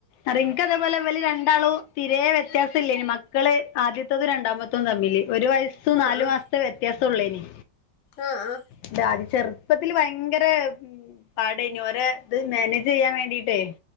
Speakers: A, on the left; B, on the left.
A: അനക്ക് അതേപോലെ ഇവല് രണ്ടാളും തീരെ വ്യത്യാസം ഇല്ലേന്നു മക്കള് ആദ്യത്തത് രണ്ടാമ തും തമ്മില് ഒരു വയസ്സും നാലു
B: ആഹ്
A: മാസത്തെ വ്യത്യാസം ഒള്ളെനി
B: ആഹ് ആഹ്
A: ഇതാ അത് ചെറുപ്പത്തില് ഭയങ്കര ഉം ഉം പാടെനു ഓരെ ഇത് മാനേജ് ചെയ്യാൻ വേണ്ടീട്ടേ